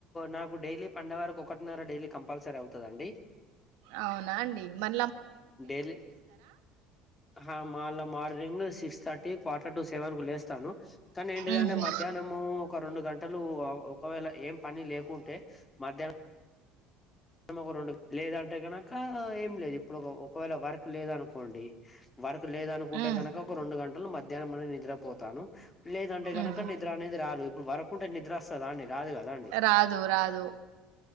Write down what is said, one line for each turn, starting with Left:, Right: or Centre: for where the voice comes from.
Left: నాకు డైలీ పండ వరకు ఒకటిన్నర డైలీ కంపల్సరీ అవుతుందండి
Right: అవునా అండి మన
Left: డైలీ అండి మళ మార్నింగ్ సిస్ థర్టీ క్వార్టర్ టు సెవెన్ కు లేస్తాను కానీ ఏంటిదంటే
Right: ఉహు
Left: మధ్యాహ్నము ఒక రెండు గంటలు ఒకవేళ ఏం పని లేకుంటే మధ్యహ్న ఒక రెండు లేదంటే కనుక ఏం లేదు ఇప్పుడు ఒకవేళ వర్క్ లేదనుకోండి లేదనుకుంటే
Right: ఉమ్
Left: కనుక ఒక రెండు గంటలు మధ్యాహ్నం అనే నిద్రపోతాను లేదంటే కనుక
Right: ఉహు
Left: నిద్ర అనేది రాదు ఇప్పుడు వరకుంటే నిద్ర వస్తాద అండి రాదు కదా అండి
Right: రాదు రాదు